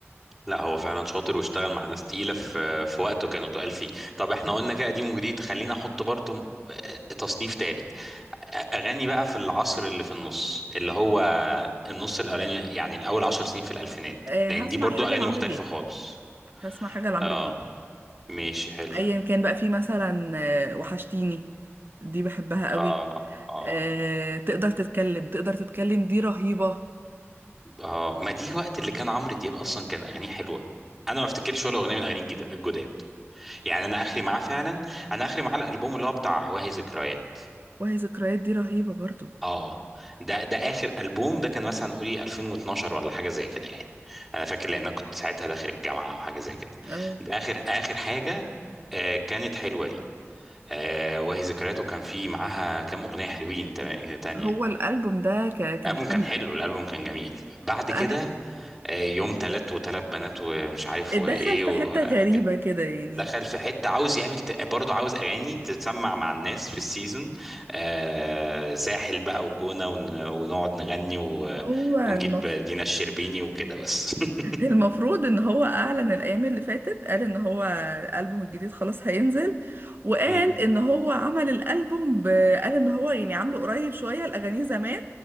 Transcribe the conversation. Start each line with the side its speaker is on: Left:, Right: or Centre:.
Centre: لا هو فعلا شاطر واشتغل مع ناس تقيله في في وقته كانوا تقال فيه طب احنا قلنا كده قديم وجديد خلينا احط برضو م- تصنيف ثالث اغاني بقى في العصر اللي في النص اللي هو النص الاولاني يعني الاول عشر سنين في الالفينات
Right: آه
Centre: لان
Right: هسمع
Centre: دي برضو
Right: حاجه
Centre: اغاني
Right: لعمرو
Centre: مختلفه
Right: دياب
Centre: خالص
Right: هسمع حاجه لعمرو
Centre: اه
Right: دياب
Centre: ماشي حلو
Right: ايا كان بقى في مثلا آه وحشتيني دي بحبها
Centre: اه
Right: قوي
Centre: اه
Right: آه تقدر تتكلم تقدر تتكلم دي رهيبه
Centre: اه ما دي وقت اللي كان عمرو دياب اصلا كان اغانيه حلوه انا ما افتكرش ولا اغنيه من اغانيه الجديد- الجداد يعني انا اخري معاه فعلا انا اخري معاه الالبوم اللي هو بتاع واهي ذكريات
Right: وهي ذكريات دي رهيبة برضو
Centre: اه ده ده اخر البوم ده كان مثلا قولي 2012 ولا حاجه زي كده يعني انا فاكر لان انا كنت ساعتها داخل الجامعه او حاجه زي كده
Right: اه
Centre: ده اخر اخر حاجه آه كانت حلوه لي آه وهي ذكرياته كان في معاها كام اغنيه حلوين تم- تانية
Right: هو الألبوم ده ك- كان
Centre: الالبوم
Right: حلو
Centre: كان حلو الالبوم كان جميل بعد
Right: أنا
Centre: كده آه، يوم تلات وتلات بنات ومش عارف
Right: اتدخل
Centre: وايه وحاجات
Right: في حتة غريبة كده يعني
Centre: دخل في حتة عاوز يعمل ت- برضه عاوز أغاني تتسمع مع الناس في السيزون آه ساحل بقى وجونة ون- ونقعد نغني و-
Right: هو المف...
Centre: ونجيب دينا الشربيني وكده بس <laughs>
Right: المفروض إن هو أعلن الأيام اللي فاتت قال إن هو الألبوم الجديد خلاص هينزل وقال
Centre: مم.
Right: إن هو عمل الألبوم ب... قال إن هو يعني عامله قريب شوية الأغاني زمان